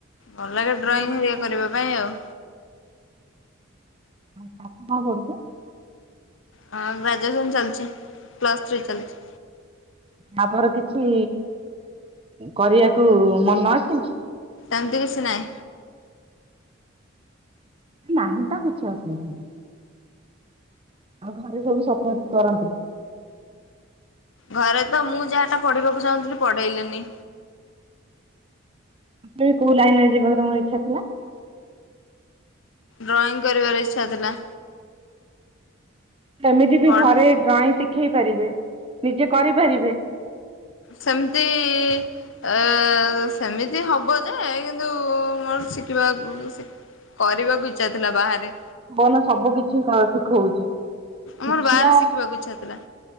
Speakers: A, on the left (about 70°); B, on the right (about 30°).
A: ଭଲ ଲାଗେ
B: ଆମ
A: ଡ୍ରଇଂଏ
B: ଘରେ କଣ
A: କରିବା ପାଇଁ ଆଉ,
B: କଣ କରୁଛୁ,
A: ହଁ ଗ୍ରାଜୁଏସନ୍ ଚାଲିଛି ପ୍ଲସଥ୍ରୀ ଚାଲିଛି।
B: ତାପରେ କିଛି କରିବାକୁ ମନ ଅଛି।
A: ଏମିତି କିଛି ନାହିଁ।
B: ନାହିଁ ତ କିଛି ଅସୁବିଧା ନାଁ। ଆଉ ଘରେ ସବୁ ସପୋର୍ଟ କରନ୍ତି।
A: ଘରେ ତ ମୁଁ ଯାହାଟା ପଢିବାକୁ ଚାହୁଁଥିଲି ପଢେଇଲେନି?
B: <unintelligible> ବି କୋଉ ଲାଇନ ରେ ଯିବ ତମର ଇଚ୍ଛା ଥିଲା।
A: ଡ୍ରଇଂ କରିବାର ଇଚ୍ଛା ଥିଲା।
B: ହେଲେ ବି
A: ପଢ଼େ
B: ସେ ଘରେ ଡ୍ରଇଂ ଶିଖେଇ ପାରିବେ ନିଜେ କରିପାରିବେ।
A: ସେମିତି ଏ ସେମିତି ହବ ଯେ କିନ୍ତୁ ମୋର ଶିଖିବା <unintelligible> କରିବାକୁ ଇଚ୍ଛା ଥିଲା ବାହାରେ।
B: ବନ ସବୁ କିଛି କ ଶିଖଉଛି।
A: ଆମର
B: ଛୁଆ
A: ବାହାରେ ଶିଖିବାକୁ ଇଚ୍ଛା ଥିଲା।